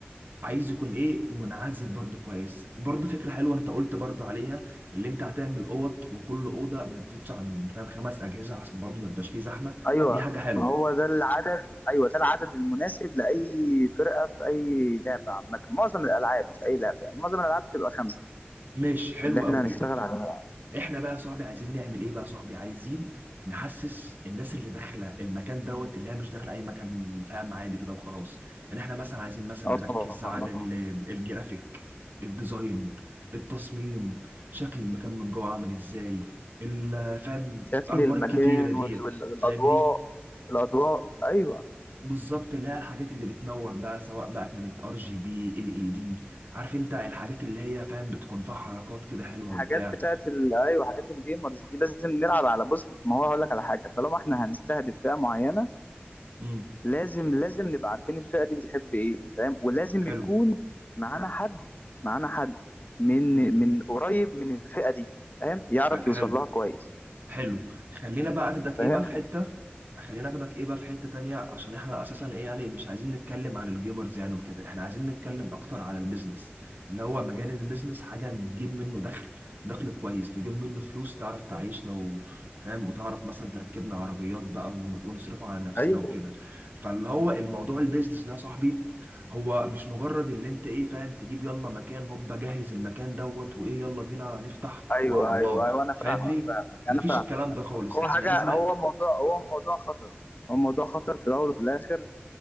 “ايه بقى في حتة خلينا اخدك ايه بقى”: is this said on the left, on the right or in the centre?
Right